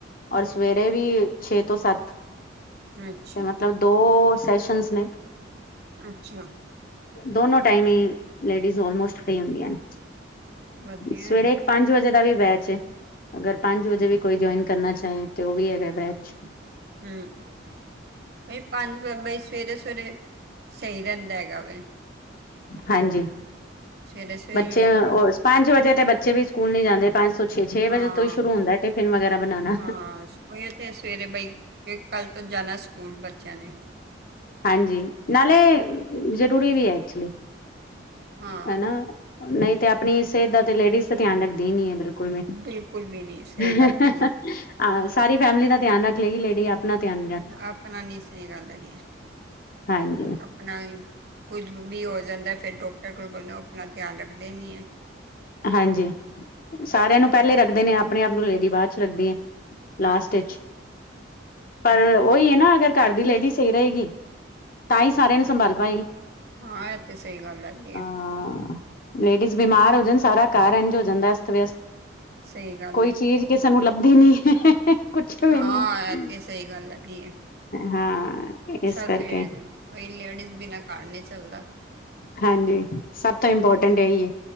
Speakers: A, on the left; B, on the right.
A: ਔਰ ਸਵੇਰੇ ਵੀ ਛੇ ਤੋਂ ਸੱਤ।
B: ਅੱਛਾ
A: ਤੇ ਮਤਲਬ ਦੋ ਸੈਸ਼ਨਸ ਨੇ।
B: ਅੱਛਾ।
A: ਦੋਨੋ ਟਾਈਮ ਹੀ ਲੇਡੀਜ਼ ਮੋਸਟ ਫਰੀ ਹੁੰਦੀਆਂ ਨੇ।
B: ਵਧੀਆ
A: ਸਵੇਰੇ ਪੰਜ ਵਜੇ ਦਾ ਵੀ ਬੈਚ ਹੈ। ਅਗਰ ਪੰਜ ਵਜੇ ਵੀ ਕੋਈ ਜੁਆਇਨ ਕਰਨਾ ਚਾਹੇ ਤੇ ਉਹ ਵੀ ਹੈਗਾ ਬੈਚ।
B: ਹਮ। ਬ ਪੰਜ ਬਾਈ ਸਵੇਰੇ -ਸਵੇਰੇ ਸਹੀ ਰਹਿੰਦਾ ਹੈਗਾ ਵਾ।
A: ਹਾਂਜੀ।
B: ਸਵੇਰੇ ਸਵੇਰੇ
A: ਬੱਚੇ
B: ਯੋਗਾ
A: ਉਹ
B: ਕਰ
A: ਪੰਜ ਵਜੇ ਤੇ ਬੱਚੇ ਵੀ ਸਕੂਲੀ ਜਾਂਦੇ। ਪੰਜ ਤੋਂ ਛੇ -ਛੇ
B: ਹਾਂ
A: ਵਜੇ ਤੋਂ ਹੀ ਸ਼ੁਰੂ ਹੁੰਦਾ। ਫਨ ਵਗੈਰਾ ਬਣਾਉਣਾ।
B: ਹਾਂ। ਉ ਤੇ ਸਵੇਰੇ ਬਈ ਕੱਲ ਤੋਂ ਜਾਣਾ ਸਕੂਲ ਬੱਚਿਆਂ ਨੇ।
A: ਹਾਂਜੀ। ਨਾਲੇ ਜ਼ਰੂਰੀ ਵੀ ਹੈ ਐਕਚੁਲੀ
B: ਹਾਂ
A: ਹੈ ਨਾ। ਨਹੀਂ ਤੇ ਆਪਣੀ ਸਿਹਤ ਦਾ ਤੇ ਲੇਡੀਜ਼ ਦਾ ਧਿਆਨ ਰੱਖਦੀ ਹੀ ਨੀ ਹੈ ਬਿਲਕੁਲ।
B: ਬਿਲਕੁਲ ਵੀ ਨਹੀਂ ਸਹੀ
A: ਹ
B: ਗੱਲ ਹੈਗੀ
A: ਸਾਰੀ ਫੈਮਲੀ ਦਾ ਧਿਆਨ ਰੱਖ ਲਗੀ ਲੇਡੀ ਆਪ। ਆਪਣਾ ਧਿਆਨ ਨਹੀਂ।
B: ਆਪਣਾ ਨੀ ਸਹੀ ਗੱਲ ਹੈਗੀ ਏ।
A: ਹਾਂਜੀ।
B: ਆਪਣਾ ਕੁਝ ਵੀ ਹੋ ਜਾਂਦਾ ਫਿਰ ਡਾਕਟਰ ਕੋਲ ਬਲ ਆਪਣਾ ਧਿਆਨ ਰੱਖਦੇ ਨਹੀਂ ਹੈ।
A: ਹਾਂਜੀ। ਸਾਰਿਆਂ ਨੂੰ ਪਹਿਲੇ ਰੱਖਦੇ ਨੇ ਆਪਣੇ ਆਪ ਨੂੰ ਲੇਡੀ ਬਾਅਦ 'ਚ ਰੱਖਦੀ ਏ। ਲਾਸਟ
B: ਹਾਂਜੀ
A: ਚ' ਪਰ
B: ਹਮ
A: ਉਹੀ ਹੈ ਨਾ ਅਗਰ ਘਰ ਦੀ ਲੇਡੀਜ਼ ਸਹੀ ਰਹੇਗੀ। ਤਾਂ ਹੀ ਸਾਰਿਆਂ ਨੂੰ ਸੰਭਾਲ ਪਾਏਗੀ।
B: ਹਾਂ। ਇਹ ਤੇ ਸਹੀ ਗੱਲ ਹੈ ਜੀ।
A: ਹਾਂ। ਲੇਡੀਜ਼ ਬਿਮਾਰ ਹੋ ਜਾਣ ਸਾਰਾ ਕਾਰਰ ਇੰਝ ਹੋ ਜਾਂਦਾ ਅਸਤ -ਵਿਅਸਤ।
B: ਸਹੀ ਗੱਲ
A: ਕੋਈ
B: ਏ
A: ਚੀਜ਼ ਕਿਸ ਸਾਨੂੰ ਲੱਭਦੀ ਨੀ ਹੈ। ਕੁਛੇ ਵੀ
B: ਹਾਂ
A: ਨਹੀਂ
B: ਇਹ ਤੇ ਸਹੀ ਗੱਲ ਹੈਗੀ ਹੈ
A: ਹਾਂ। ਇਸ
B: ਸਭ
A: ਕਰਕੇ
B: ਸਹੀ। ਲੇਡੀਜ਼ ਬਿਨਾਂ ਕਾਰ ਨਹੀਂ ਚੱਲਦਾ।
A: ਹਾਂਜੀ। ਸਭ ਤੋਂ ਇੰਪੋਰਟੈਂਟ ਹੈ। ਜ